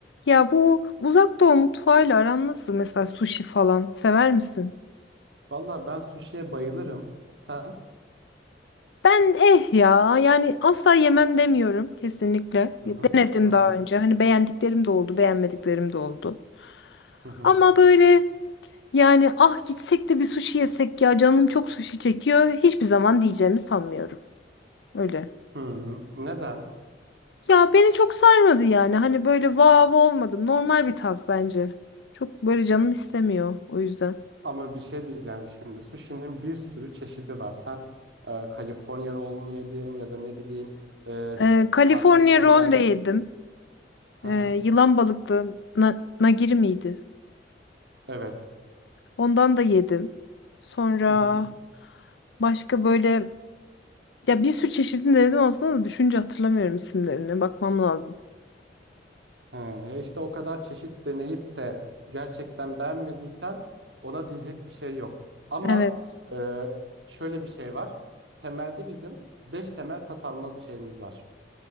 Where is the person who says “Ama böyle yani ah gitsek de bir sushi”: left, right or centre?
Left